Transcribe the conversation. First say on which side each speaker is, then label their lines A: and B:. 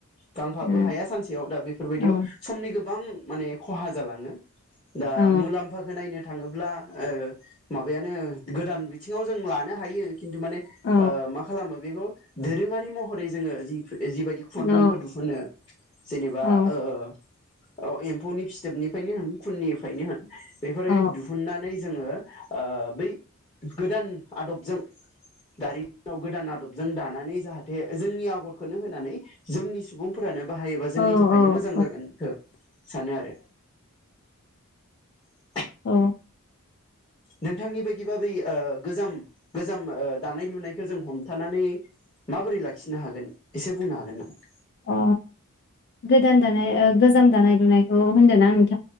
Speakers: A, on the left; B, on the left.
A: गांफाबो
B: औ
A: हाया सानसेयाव दा बेफोरबायदियाव
B: औ
A: समनि गो गोबां माने खहा जालाङो दा
B: औ
A: मुलाम्फा नायनो थाङोब्ला ओ माबायानो गोदान बिथिङाव जों लानो हायो खिन्थु माने
B: औ
A: ओ मा खालामो बेखौ दोरोङारि महरै जोङो जि जिबायदि खुन्दुंखौ
B: औ
A: दिुहुनो जेनेबा
B: औ
A: ओ औ एम्फौनि फिथोबनिफ्रायनो होन खुननिफ्रायनो होन बेफोर
B: औ
A: दिहुननानै जोङो ओ बै गोदान आदबजों दारिम नाव गोदान आदबजों दानानै जाहा बे जोंनि आगरखौनो होनानै जोंनि सुबुंफोरानो बाहायोबा जोंनि
B: औ
A: थाखायनो मोजां जागोनखो सानो आरो। <inaudible>
B: औ
A: नोंथांनि बायदि बै गोजाम गोजाम ओ दानाय लुनायखौ जों हमथानानै माबोरै लाखिनो हागोन एसे बुंनो हागोन नामा?
B: अ गोदान दानाय गोजाम दानाय लुनायखौ होनदों ना नों